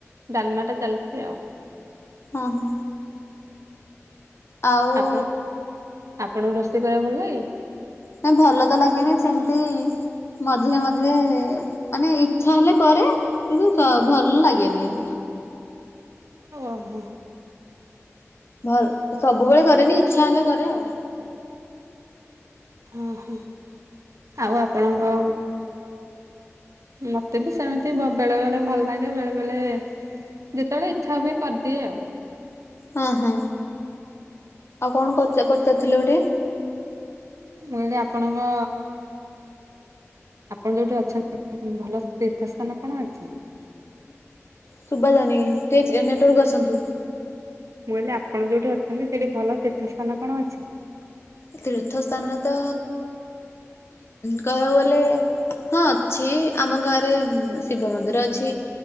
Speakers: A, on the right; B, on the left.
A: ଡାଲମାଟା ଚାଲଚି ଆଉ।
B: ହଁ ହ। ଆଉ?
A: ଆପଣ ଆପଣଙ୍କୁ ରୋଷେଇ କରିବାକୁ ଭଲ ଲାଗେ?
B: ନାଇ ଭଲ ତ ଲାଗେନି ସେମିତି ମଝିରେ ମଝିରେ ମାନେ ଇଚ୍ଛା ହେଲେ କରେ କିନ୍ତୁ ସ ଭଲ ଲାଗେନି। <inaudible>
A: ଅ ହ।
B: ଭଲ୍ ସବୁବେଳେ କରେନି ଇଚ୍ଛା ହେଲେ କରେ ଆଉ।
A: ଅହ ଆଉ ଆପଣଙ୍କ, ମତେ ବି ସେମିତି ବେଳେ ବେଳେ ଭଲ ଲାଗେ ବେଳେ ବେଳେ ଯେତେବେଳେ ଇଚ୍ଛା ହୁଏ କରିଦିଏ ଆଉ।
B: ହଁ ହଁ ଆଉ କଣ କରୁଚ ପଚାରୁଥିଲ ଗୋଟେ?
A: ମୁଁ କଇଲି ଆପଣଙ୍କ ଆପଣ ଯୋଉଠି ଅଛନ୍ତି ଭଲ ତୀର୍ଥ ସ୍ଥାନ କଣ ଅଛି?
B: ଶୁବା ଯାଉନି ଟିକେ କ୍ଲିୟର ନେଟୱାର୍କକୁ ଆସନ୍ତୁ।
A: ମୁଁ କଇଲି ଆପଣ ଯୋଉଠି ଅଛନ୍ତି, ସେଇଠି ଭଲ ତୀର୍ଥସ୍ଥାନ କଣ ଅଛି?
B: ତୀର୍ଥ ସ୍ଥାନ ତ କହିବାକୁ ଗଲେ ହଁ ଅଛି ଆମ ଗାଁ ରେ ଶିବ ମନ୍ଦିର ଅଛି।